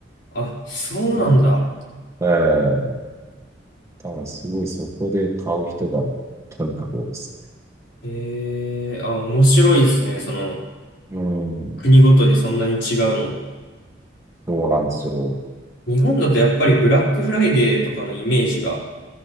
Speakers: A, on the left; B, on the right.
A: あ、そうなんだ。
B: の。うん。ええだからすごいそこで買う人がとにかく多いですね。
A: へえ。あ、面白いですね。その、
B: うん。
A: 国ごとにそんなに違うの。
B: そうなんですよ。
A: 日本だとやっぱりブラックフライデーとかのイメージが。